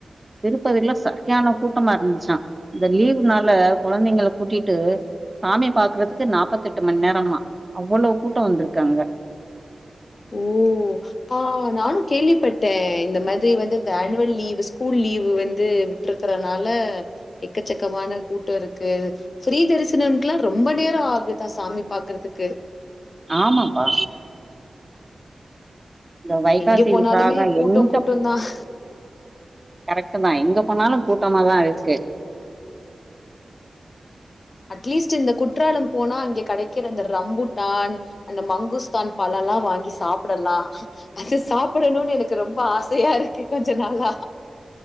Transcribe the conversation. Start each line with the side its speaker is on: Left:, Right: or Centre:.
Right: திருப்பதில சரியான கூட்டமா இருந்துச்சான் இந்த லீவுனால கெழந்தைங்க கூட்டிட்டு சாமி பாக்குறதுக்கு நாற்பத்த எட்டு மணி நேரமா அவ்வளவு கூட்டம் வந்திருக்காங்க
Left: ஓ ஆஹ் நானும் கேள்விப்பட்டே இந்த மாதிரி வந்து இந்த ஆனுவல் லீவு ஸ்கூல் லீவு வந்து விட்டுருக்கறனால எக்கச்சக்கமான கூட்டோ இருக்கு ஃப்ரீ தரிசனம்க்கெல்லா ரொம்ப நேரோ ஆகுதா சாமி பாக்குறதுக்கு
Right: ஆமாப்பா இந்த வைகாசி
Left: எங்க போனாலுமே
Right: விசாகம்
Left: கூட்டம்
Right: எங்க
Left: கூட்டம் தான்.
Right: கரெக்ட் தான் எங்க போனாலும் கூட்டமா தான் அது <inaudible>
Left: அட்லீஸ்ட் இந்த குற்றாலம் போனா அங்கே கெடைக்கிற அந்த ரம்புட்டான் அந்த மங்குஸ்தான் பழெல்லாம் வாங்கி சாப்ப அப்படெல்லாம் அது சாப்பிடணும்னு எனக்கு ரொம்ப ஆசை தயா இருக்கு கொஞ்ச நாளா